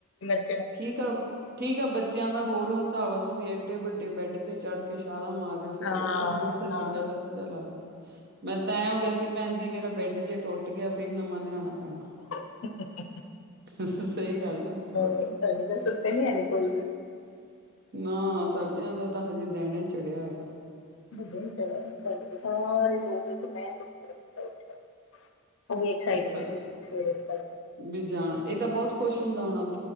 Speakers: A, on the left (about 65°); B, on the right (about 50°).
A: <unintelligible>
B: ਠੀਕ ਆ ਠੀਕ ਆ ਬੱਚਿਆਂ ਦਾ ਹੋਰ ਹਿਸਾਬ ਤੁਸੀਂ ਇਡੇ ਵੱਡੇ ਬੈਡ ਚ ਚੜ੍ਹ ਕੇ ਛਾਲਾਂ ਮਾਰ ਰਹੇ ਹੋ। ਫਿਰ ਉਹ
A: ਹਾਂ-ਹਾਂ।
B: ਤਾਂ ਥੋੜਾ ਗਲਤ ਜਿਹਾ ਲੱਗਦਾ ਮੈਂ ਤਾਂ ਐਂ ਹੋ ਗਿਆ ਸੀ ਭੈਣ ਜੀ ਮੇਰਾ ਬੈਡ ਜੇ ਟੁੱਟ ਗਿਆ ਫਿਰ ਨਵਾਂ ਲਿਆਉਣਾ ਪੈਣਾ
A: <unintelligible>
B: ਸਹੀ ਗੱਲ ਆ ਹੋਰ
A: ਹਾਲੇ
B: ਕੀ
A: ਤਾਂ ਸੁੱਤੇ ਨੀ ਹੈ ਕੋਈ ਵੀ
B: ਨਾ ਸਾਡੀਆਂ ਦਾ ਤਾਂ ਹਜੇ ਦਿਨ ਹੀ ਚੜਿਆ ਹੋਇਆ
A: ਪਰ ਦਿਨ ਚੜਿਆ ਸਾਡੇ ਤੇ ਸਾਰੇ ਸੋ ਗਏ ਦੁਪਹਿਰ ਤੋਂ ਬਾਅਦ ਉੱਠੇ ਬਸ ਉਹ ਵੀ ਐਕਸਾਈਟਮੈਂਟ
B: ਅੱਛਾ
A: ਸਵੇਰੇ ਨਿਕਲਣਾ
B: ਵੀ ਜਾਣਾ ਇਹ ਤਾਂ ਬਹੁਤ ਖੁਸ਼ ਹੁੰਦਾ ਉਹਨਾਂ